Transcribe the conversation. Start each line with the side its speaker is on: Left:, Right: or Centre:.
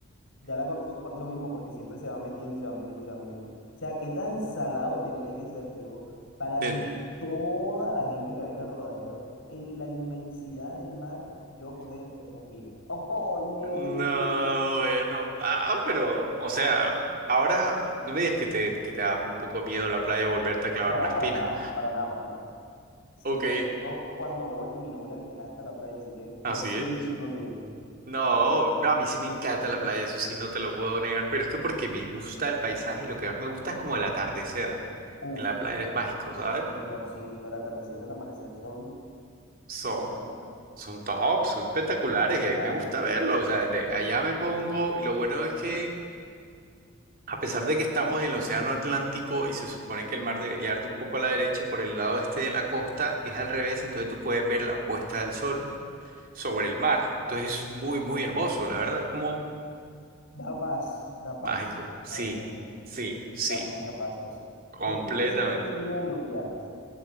Left: ya la conocemos por eso mismo, porque siempre se va metiendo y se va metiendo y se va metiendo. O sea, qué tan salado tenía que ser yo para
Right: Del-
Left: entre toda la gente que había en el rodadero, en la inmensidad del mar, yo coger esa espina. <laughs> ¡Oye!
Right: No, bueno. Ah, pero, o sea, ahora no me digas que te, que te da un poco miedo la playa volverte a clavar
Left: No,
Right: una espina.
Left: para nada, para nada, para nada. cien
Right: Ok.
Left: por ciento cuando voy y mi novia le encanta la playa, así que
Right: Así
Left: pues sí
Right: es.
Left: o sí tengo que ir.
Right: No, no, a mí sí me encanta la playa, eso sí no te lo puedo negar, pero es que porque me gusta el paisaje y lo que más me gusta es como el atardecer.
Left: Claro. Uf.
Right: En la playa es mágico, ¿sabes?
Left: cien por ciento el atardecer y el amanecer son
Right: Son,
Left: una cosa loca.
Right: son top, son espectaculares
Left: Sí, sí,
Right: y a mí
Left: claro.
Right: me gusta verlo, o sea, de allá me pongo y lo bueno es que a pesar de que estamos en el Océano Atlántico y se supone que el mar debería darte un poco a la derecha por el lado este de la costa, es al revés, entonces tú puedes ver la puesta del sol sobre
Left: sí.
Right: el mar. Entonces es muy, muy hermoso, la verdad. Es como
Left: Da paz, da paz,
Right: Mágico, sí,
Left: la verdad.
Right: sí, sí,
Left: Da mucha paz eso.
Right: completamente.
Left: ¿Qué experiencia tú has tenido en los viajes?